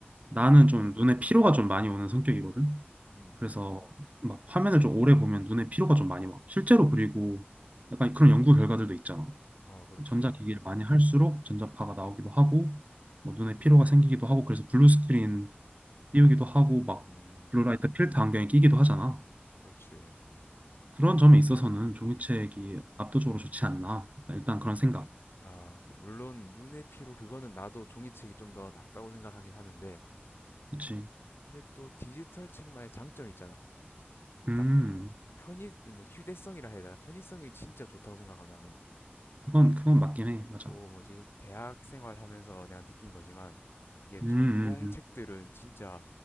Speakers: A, on the right (about 35°); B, on the left (about 70°).
A: 나는
B: 음,
A: 좀 눈에 피로가 좀 많이 오는 성격이거든.
B: 음,
A: 그래서 막 화면을 좀 오래 보면 눈에 피로가 좀 많이 와. 실제로 그리고 약간 그런 연구 결과들도 있잖아.
B: 어 그렇지
A: 전자기기를
B: 화.
A: 많이 할수록 전자파가 나오기도 하고 뭐 눈에 피로가 생기기도 하고 그래서 블루 스크린 띄우기도 하고 막
B: 음,
A: 블루라이트 필터 안경에 끼기도 하잖아.
B: 그렇지.
A: 그런 점에 있어서는 종이책이 압도적으로 좋지 않나. 일단 그런 생각.
B: 아 물론 눈의 피로 그거는 나도 종이책이 좀 더 낫다고 생각하긴 하는데
A: 그치.
B: 근데 또 디지털 책만의 장점이 있잖아.
A: 음,
B: 딱 편의 뭐 휴대성이라 해야 되나? 편의성이 진짜 좋다고 생각하 나는.
A: 그건, 그건 맞긴 해. 맞아.
B: 또 뭐지 대학 생활하면서 내가 느낀 거지만 이게 전공
A: 음, 음, 음.
B: 책들은 진짜